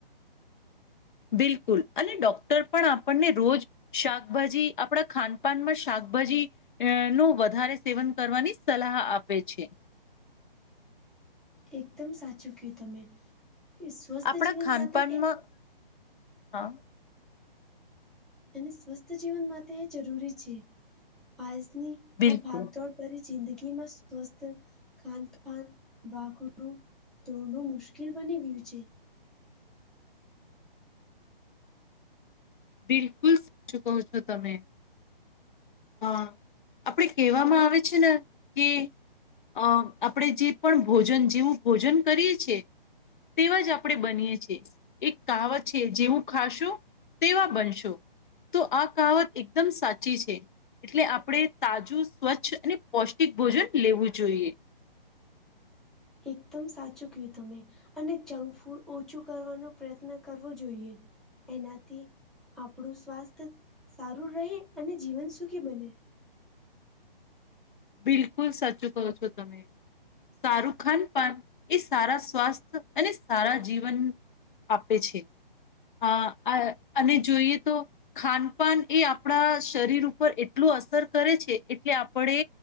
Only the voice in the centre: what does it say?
એકદમ સાચું કુ તમે કે સ્વસ્થ
જીવન
માટે એ
એ સ્વસ્થ જીવન માટે એ જરૂરી છે, આજની
આ ભાગદોડ પરરી જિંદગીમાં સ્વસ્થ ખાન ખાન ભખડું ધોરણું મુશ્કેલ બની ગયુ છે.
એકદમ સાચું ક તમે અને જંક ફૂડ ઓછુ કરવાનો પ્રયત્ન કરવો જોઈએ. એનાથી આપણું સ્વાસ્થ્ય સારુ રહે, અને જીવન સુખી બને